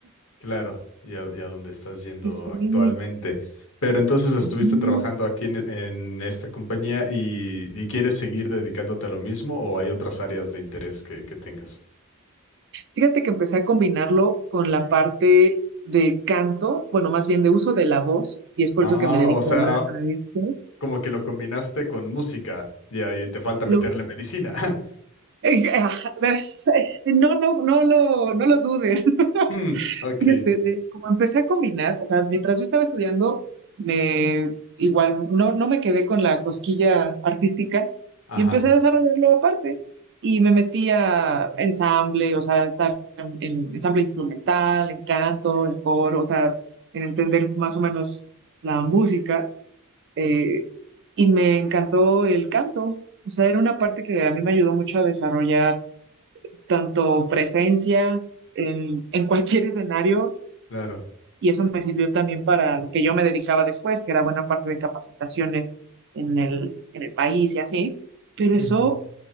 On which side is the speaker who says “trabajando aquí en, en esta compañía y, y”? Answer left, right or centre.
Left